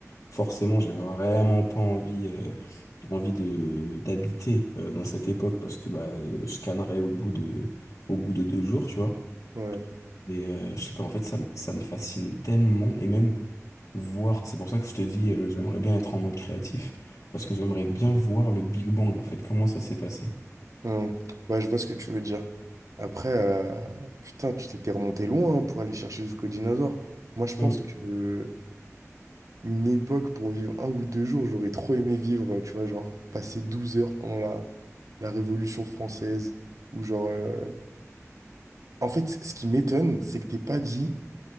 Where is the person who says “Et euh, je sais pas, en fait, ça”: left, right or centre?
Left